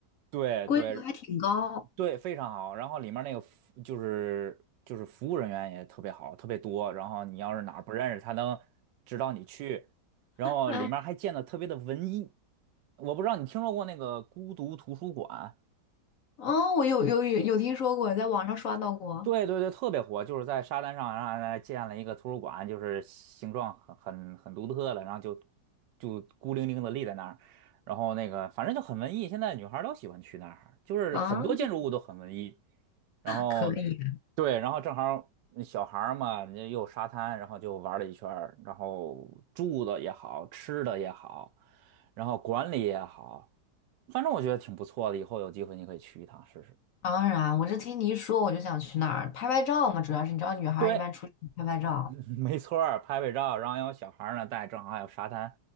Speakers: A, on the right (about 85°); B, on the left (about 60°).
A: 对对
B: 规格还挺高。
A: 对，非常好。然后里面那个服就是就是服务人员也特别好，特别多。然后你要是哪儿不认识，他能指导你去。然后里面还建的特别的文艺。
B: 哎，
A: 我不知道你听说过那个孤独图书馆。
B: 哦，我有有有有听说过，在网上刷到过。
A: 对对对，特别火，就是在沙滩上，然后呢建了一个图书馆，就是形状很很很独特的，然后就就孤零零的立在那儿，然后那个反正就很文艺，现在女孩儿都喜欢去那儿，就是很多建筑物都很文艺，
B: 啊，
A: 然后
B: 可以，
A: 对，然后正好儿那小孩儿嘛，你又有沙滩，然后就玩了一圈儿，然后住的也好，吃的也好，然后管理也好，反正我觉得挺不错的，以后有机会你可以去一趟试试。
B: 当然，我这听你一说，我就想去那儿拍拍照嘛。主要是你知道，女孩儿一般出去拍拍照。
A: 对，<laughs> 嗯没错儿，拍拍照，然后有小孩儿呢带，正好还有沙滩，